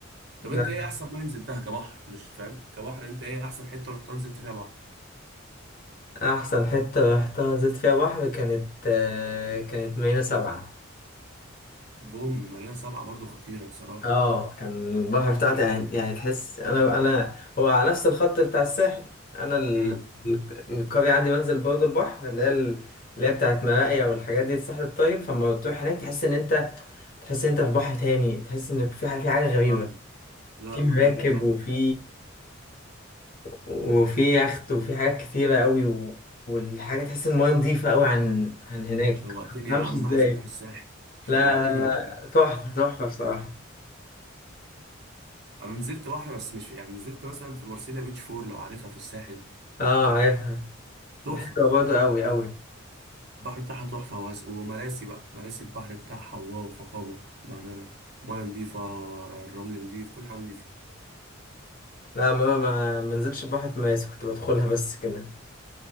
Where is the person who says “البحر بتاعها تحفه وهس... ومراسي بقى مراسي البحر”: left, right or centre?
Right